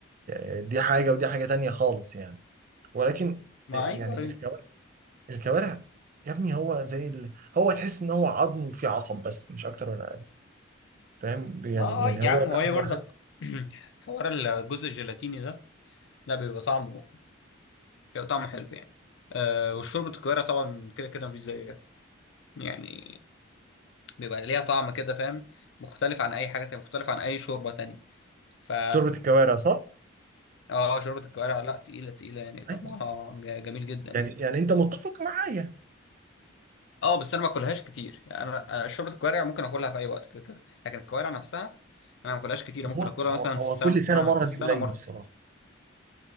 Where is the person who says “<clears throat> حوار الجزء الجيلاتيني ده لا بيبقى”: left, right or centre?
Left